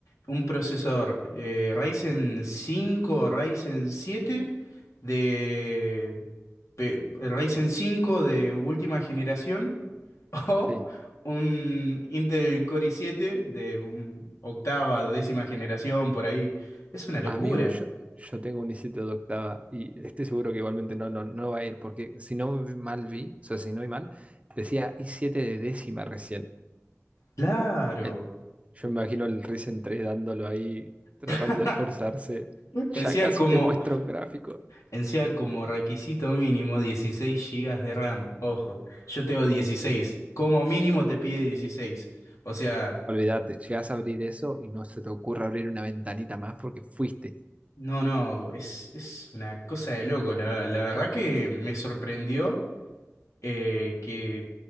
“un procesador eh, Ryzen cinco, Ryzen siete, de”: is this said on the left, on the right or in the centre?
Left